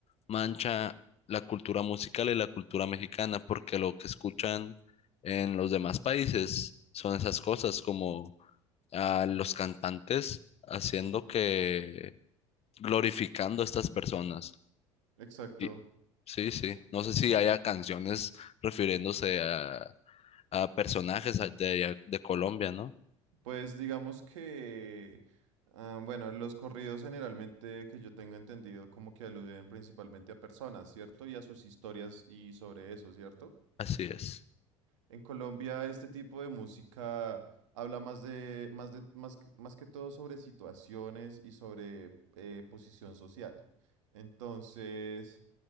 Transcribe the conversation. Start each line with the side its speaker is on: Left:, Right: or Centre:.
Left: mancha la cultura musical y la cultura mexicana, porque lo que escuchan en los demás países son esas cosas, como a los cantantes haciendo que, glorificando a estas personas.
Right: Exacto.
Left: Y sí, sí, no sé si haya canciones refiriéndose a, a personajes a- de, de Colombia, ¿no?
Right: Pues digamos que, ah, bueno, los corridos generalmente que yo tengo entendido como que aluden principalmente a personas, ¿cierto? Y a sus historias y sobre eso, ¿cierto?
Left: Así es.
Right: En Colombia este tipo de música habla más de, más de, más, que- más que todo sobre situaciones y sobre eh, posición social. Entonces,